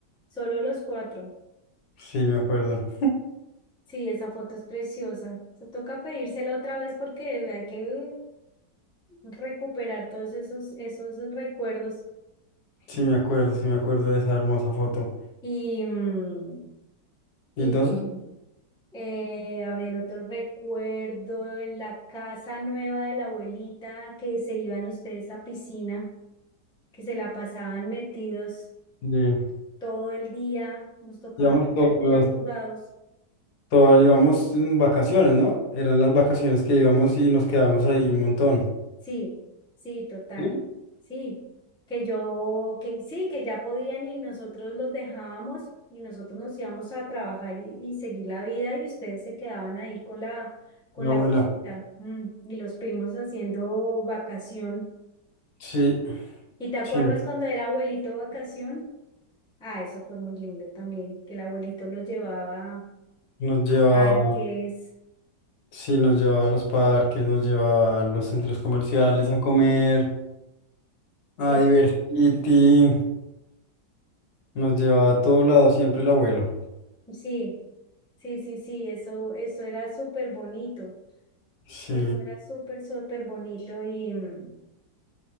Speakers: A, in the centre; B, on the left.
A: Solo los cuatro.
B: Sí, me acuerdo.
A: Sí, esa foto es preciosa. Se toca pedírsela otra vez porque hay que recuperar todos esos, esos recuerdos.
B: Sí, me acuerdo, sí, me acuerdo de esa hermosa foto.
A: Y, mm, y
B: Y entonces,
A: que, eh, a ver, otro recuerdo en la casa nueva de la abuelita que se iban ustedes a piscina, que se la pasaban metidos
B: eh,
A: todo el día, nos tocaba
B: íbamos
A: sacar
B: todos,
A: ya arrugados.
B: todos, íbamos en vacaciones, ¿no? Eran las vacaciones que íbamos y nos quedamos ahí un montón.
A: Sí, sí, total.
B: ¿Sí?
A: Sí, que yo, que sí, que ya podían y nosotros los dejábamos y nosotros nos íbamos a trabajar y, y seguir la vida y ustedes se quedaban ahí con la, con
B: Mi
A: la
B: abuela.
A: abuelita mm, y los primos haciendo vacación.
B: Sí,
A: ¿Y te acuerdas
B: siempre
A: cuando era abuelito vacación? Ah, eso fue muy lindo también, que el abuelito los llevaba
B: nos llevaba,
A: a parques.
B: sí, nos llevaba a los parques, nos llevaba a los centros comerciales a comer, a
A: Sí,
B: divertirte. Nos llevaba a todos lados siempre el abuelo.
A: sí, sí, sí, sí, eso, eso era súper bonito.
B: Sí.
A: Eso era súper, súper bonito y mm,